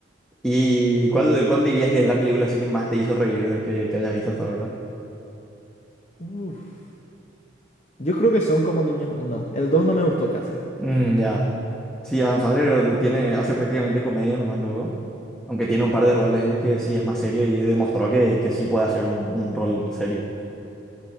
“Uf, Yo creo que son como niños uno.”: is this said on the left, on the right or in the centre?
Left